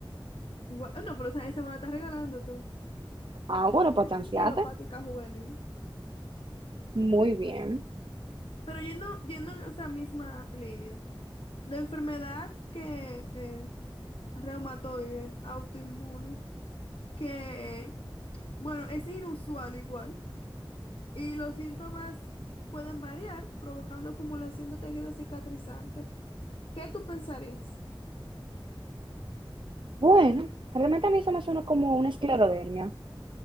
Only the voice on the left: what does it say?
Gua- No, pero o sea, esa me la estás regalando tú.
La
artritis
idiopática juvenil.
Pero yendo, yendo en esa misma línea, la enfermedad que es reumatoide, autoinmune, que, bueno, es inusual igual, y los síntomas pueden variar, provocando acumulación de tejido cicatrizante. ¿Qué tú pensarías?